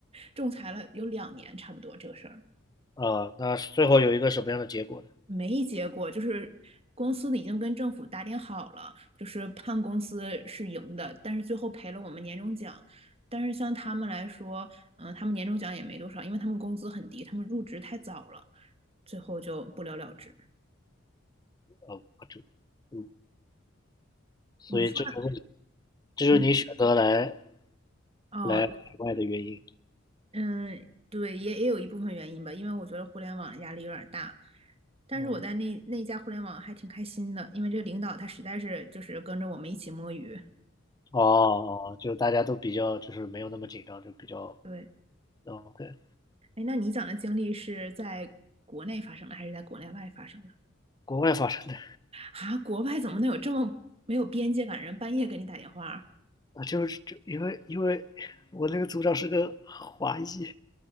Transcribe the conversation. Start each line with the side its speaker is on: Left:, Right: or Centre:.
Right: 仲裁了有两年差不多这个事儿
Left: 呃，那最后有一个什么样的结果呢？
Right: 没结果，就是公司的已经跟政府打点好了，就是判公司是赢的，但是最后赔了我们年终奖。但是像他们来说，嗯，他们年终奖也没多少，因为他们工资很低，他们入职太早了，最后就不了了之。
Left: 哦，啊这，嗯，所以这就是你
Right: 你说的，
Left: 这就是你选择来
Right: 嗯哦，
Left: 来海外的原因。
Right: 嗯，对，也也有一部分原因吧，因为我觉得互联网的压力有点大。但是我在那那家互联网还挺开心的，
Left: 嗯，
Right: 因为这个领导他实在是就是跟着我们一起摸鱼。
Left: 哦哦，哦就大家都比较就是没有那么紧张，就比较，
Right: 对，
Left: 哦，对，
Right: 哎，那你讲的经历是在国内发生的，还是在国内外发生的？
Left: 国外发生的
Right: 啊，国外怎么能有这么没有边界感的人半夜给你打电话？啊
Left: 啊，就是就因为因为我那个组长是个华裔，